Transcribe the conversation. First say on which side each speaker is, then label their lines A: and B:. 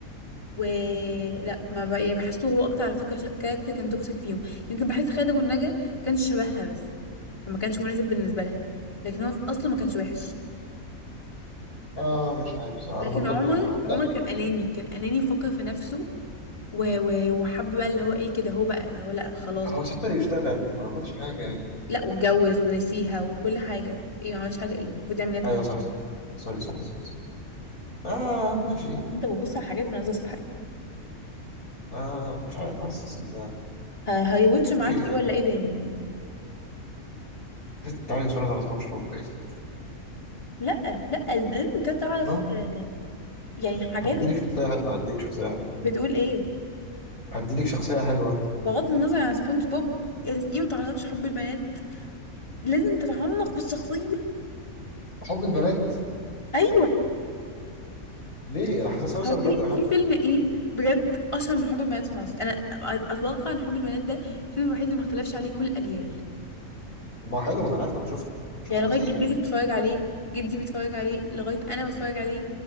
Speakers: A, on the left; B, on the left.
A: ولا ما ب... يعني بحسه هو اكتر على فكره ش... كاركتر كان توكسيك فيهم يمكن بحس خادم والنجا ما كانش شبهها بس فما كانش مناسب بالنسبه لها لكن هو في اصله ما كانش وحش
B: اه مش عارف بصراحة
A: لكن
B: انا برضك
A: عمر
B: يعني حتى
A: عمر كان اناني كان اناني وفكر في نفسه و- و- وحب بقى اللي هو ايه كده هو بقى اللي هو لا خلاص
B: هو
A: بقى
B: سافر يشتغل ما عملش حاجة
A: لا واتجوز ونسيها وكل حاجه ايه ما عملتش حاجه ايه المفروض يعمل ايه اكتر
B: ايوه
A: من
B: صح
A: كده؟
B: صح سوري سوري سوري آه ماشي
A: انت بتبص على حاجات بنظره سطحيه
B: آه مش عارف حاسس ان
A: ه- هيوتش
B: اوكي
A: معاك ايه ولا ايه تاني يعني
B: ست تعالي نتفرج على سبونج بوب اوكي يا ست
A: لا لا لازم انت تعرف
B: لا
A: آه، يعني حاجاتك
B: هديلك شخصية حلوة هديلك شخصية حلوة
A: بتقول ايه
B: هديلك شخصية حلوة
A: بغض النظر عن سبونج بوب يعني ايه ما تعرفش حب البنات لازم تتعمق في الشخصيه
B: حب البنات
A: ايوه
B: ليه حاسس وسام
A: هو في
B: بدر حتى
A: في فيلم
B: كده
A: ايه بجد اشهر من حب البنات في مصر انا أ- اتوقع ان حب البنات ده الفيلم الوحيد اللي ما اختلفش عليه كل الاجيال
B: طب ما هو حلو ما انا عارف انا شفته شفته
A: يعني
B: كتير
A: لغاية جدتي بتتفرج عليه جدي بيتفرج عليه لغاية أنا بتفرج عليه